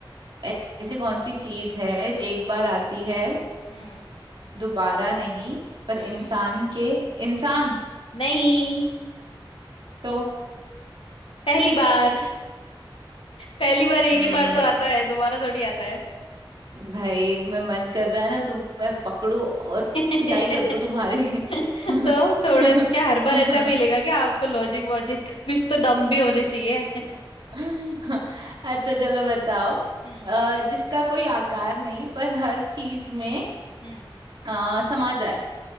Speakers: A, on the right; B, on the left.
A: ऐ- ऐसी कौन सी चीज है जो एक बार आती है
B: हम्म
A: दोबारा नहीं पर
B: हम्म
A: इंसान के इंसान
B: नहीं
A: तो
B: पहली बार <laughs> पहली बार एक
A: हम्म,
B: ही बार तो आता है दोबारा थोड़ी आता है
A: भाई मैं मन कर रहा है ना तुम्हें पकड़ू और
B: <laughs>
A: धुलाई कर दूं तुम्हारी <laughs>
B: तो थोड़े तो क्या हर बार ऐसा मिलेगा क्या आपको लॉजिक वॉजिक कुछ तो दम भी होने चाहिए <laughs>
A: <laughs> अच्छा चलो बताओ
B: हम्म
A: अ, जिसका कोई आकार नहीं पर हर चीज में
B: हम्म
A: अ, समा जाए